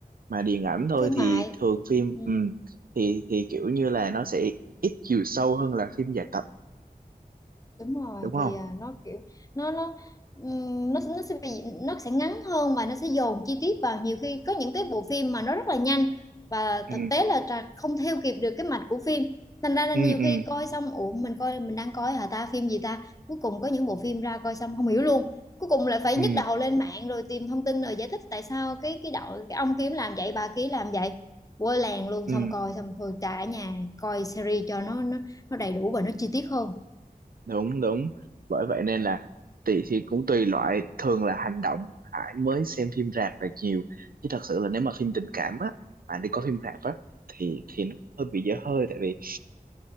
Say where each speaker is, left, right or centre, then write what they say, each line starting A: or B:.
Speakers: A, on the right (about 70°); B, on the left (about 25°).
A: mà điện ảnh thôi
B: thương
A: thì
B: mại
A: thường phim
B: Ừ,
A: ừ, thì thì kiểu như là nó sẽ ít chiều sâu hơn là phim dài tập
B: đúng rồi
A: đúng không
B: thì à, nó kiểu nó nó ừm, nó nó sẽ bị nó sẽ ngắn hơn và nó sẽ dồn chi tiết vào nhiều khi có những cái bộ phim mà nó rất là nhanh và
A: ừ
B: thực tế là Trà không theo kịp được cái mạch của phim thành ra là
A: ừ
B: nhiều
A: ừ
B: khi coi xong ủa mình coi mình đang coi hả ta phim gì ta cuối cùng có những bộ phim ra coi xong không hiểu luôn cuối cùng lại phải
A: ừ
B: nhức đầu lên mạng rồi tìm thông tin rồi giải thích tại sao cái cái đội cái ông kiếm làm vậy bà kia làm vậy quơ làng luôn
A: ừ
B: xong coi xong thôi trả ở nhà coi series cho nó nó nó đầy đủ và nó chi tiết hơn
A: đúng đúng bởi vậy nên là tùy thì cũng tùy loại thường là hành động Hải mới xem phim rạp là nhiều chứ thật sự là nếu mà phim tình cảm á mà đi coi phim rạp á thì thì nó cũng hơi bị dở hơi tại vì